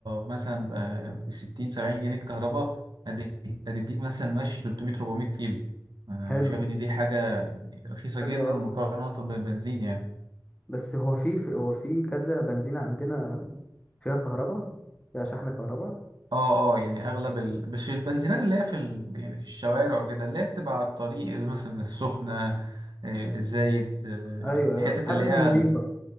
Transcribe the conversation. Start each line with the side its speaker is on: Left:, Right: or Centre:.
Right: مثلا ب 60 70 جنيه كهرباء هت- هتديك مثلا ماشي 300 400 كيلو انا
Left: حلو
Right: شايف ان دي حاجه يعني رخيصه
Left: حلو
Right: جدا
Left: قوي
Right: مقارنه بالبنزين يعني
Left: بس هو في في- هو في كذا بنزينة عندنا فيها كهرباء فيها شحن كهرباء
Right: اه اه يعني اغلب ال... مش البنزينات اللي هي في ال... يعني في الشوارع وكده اللي هي بتبقى على الطريق مثلا السخنة آه، الزايد آه،
Left: ايوه
Right: الحتت
Left: ايوه حدث
Right: اللي هي
Left: نظيفة
Right: ال-